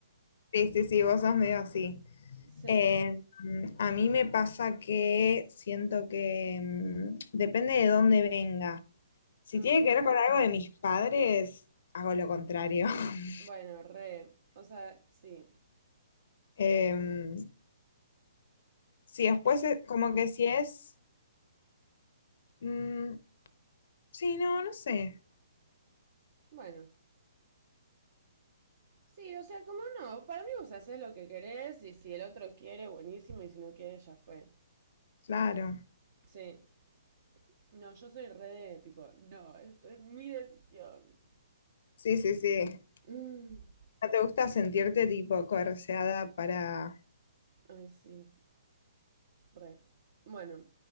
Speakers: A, on the left; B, on the right.
A: Sí, sí, sí, vos sos medio así.
B: Sí.
A: Eh, a mí me pasa que siento que mm, depende de dónde venga. Si
B: Hmm,
A: tiene que ver con algo de mis padres, hago lo contrario. <laughs>
B: Bueno, re, o sea, sí,
A: Em,
B: sí.
A: si después, es- como que si es... mm, sí, no, no sé.
B: Bueno, sí, o sea, como no, para mí vos haces lo que querés y si el otro quiere, buenísimo, y si no quiere, ya fue.
A: Claro,
B: Sí. No, yo soy re de tipo, no, esto es mi decisión.
A: sí, sí, sí.
B: Mm,
A: ¿No te gusta sentirte tipo coerceada para...
B: Ay, sí. Re. Bueno,